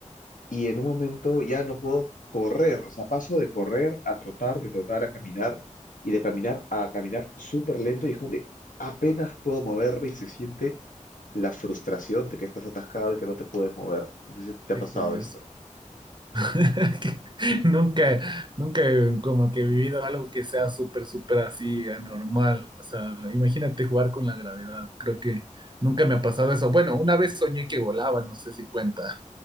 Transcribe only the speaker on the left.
y en un momento ya no puedo correr, o sea, paso de correr a trotar, de trotar a caminar y de caminar a caminar súper lento y es como que apenas puedo moverme y se siente la frustración de que estás atascado y que no te puedes mover. No sé si a ti te ha
pasado
esto.